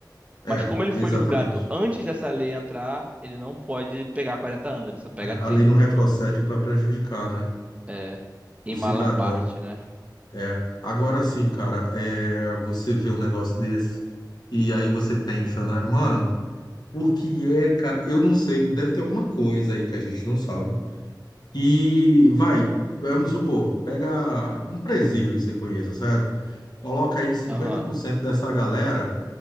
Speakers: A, on the left; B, on the right.
A: É,
B: Mas como ele
A: exatamente.
B: foi julgado antes dessa lei entrar, ele não pode pegar 40 anos, ele só pega
A: É,
B: trinta
A: a lei não retrocede para prejudicar, né?
B: É,
A: O
B: em
A: cidadão.
B: Malam parte, né?
A: É. Agora sim, cara, é, você vê um negócio desse e aí você pensa, né, mano, por que é, cara? Eu não sei, deve ter alguma coisa aí que a gente não sabe E vai, vamos supor, pega um presídio aí que você conheça, certo? Coloca aí cinquenta
B: Aham.
A: por cento dessa galera